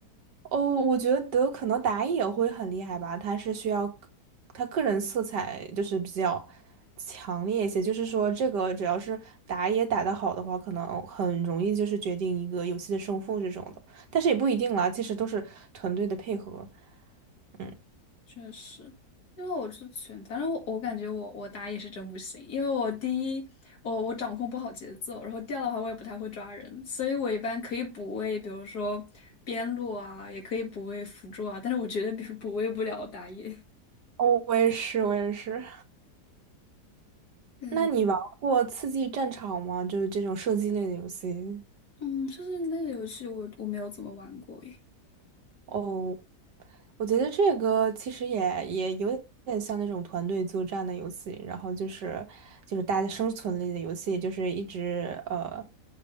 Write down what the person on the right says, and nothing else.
哦，我觉得可能打野会很厉害吧，他是需要个他个人色彩就是比较强烈一些，就是说这个只要是打野打得好的话，可能很容易就是决定一个游戏的胜负这种的，但是也不一定啦，其实都是团队的配合。嗯，
哦，我也是，我也是。
那你玩过《刺激战场》吗？就是这种射击类的游戏。
哦，我觉得这个其实也也有点像那种团队作战的游戏，然后就是就是大家生存类的游戏，就是一直呃，